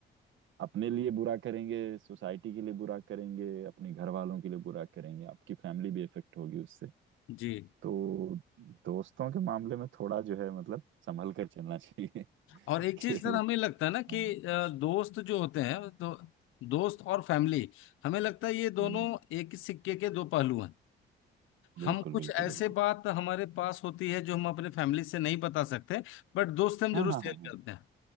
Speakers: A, on the right; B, on the left.
A: अ, अपने लिए बुरा करेंगे सोसाइटी के लिए बुरा करेंगे अपने घर वालों के लिए बुरा करेंगे आपकी फैमिली भी इफेक्ट होगी उससे
B: जी
A: तो दोस्तों के मामले में थोड़ा जो है मतलब संभल कर चलना चाहिए <laughs>
B: और एक चीज
A: कि
B: सर हमें लगता है ना
A: अ,
B: कि अ, दोस्त जो होते हैं तो दोस्त और फैमिली हमें लगता है ये दोनों
A: हम्म,
B: एक ही सिक्के के दो पहलू हैं हम
A: बिल्कुल
B: कुछ
A: बिल्कुल
B: ऐसे
A: बिल्कुल
B: बात हमारे पास होती है जो हम अपने फैमिली से नहीं बता सकते बट दोस्त से हम जरूर
A: हाँ हाँ
B: शेयर
A: हाँ हाँ
B: करते हैं।